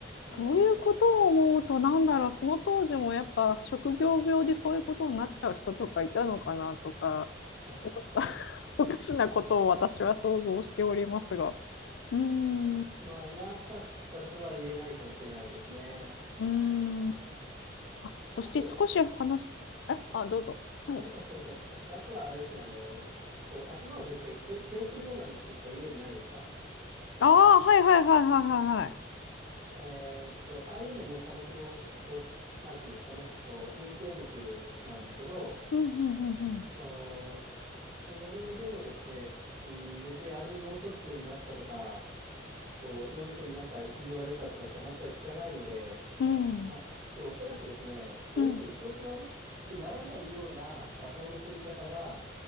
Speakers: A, on the left (about 80°); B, on the right (about 35°).
A: そういうことを思うと、
B: へえ。
A: なんだろう、その当時もやっぱ職業病でそういうことになっちゃう人とかいたのかなとか、
B: <laughs>
A: おか、<laughs> おかしなことを私は想像しておりますが。うーん、う
B: まあ、なかったとは言えないかもしれないですね。
A: ーん。あ、そして少し話す、
B: あと、お
A: え、あ、どうぞ。はい。
B: あ、あすみません。えっと、あとはあれですね、あの、こう、頭を振って気を、気を振るようなのって、こう、イメージないですか
A: ああ、はいはいはいはいはいはい。
B: えーっと、ああいうのも歌舞伎の、こう、なんていうんですかね、こう、人気演目なんですけど、
A: うんうんうん
B: おーそそれでもですね、うん、別にあれで脳卒中になったとか、こう、脳みそになんか異常が出たとかって話は聞かないので、
A: うん。
B: あ、で、おそらくですね、そういうふうに調子悪くならないような頭の振り方が
A: うん。うん。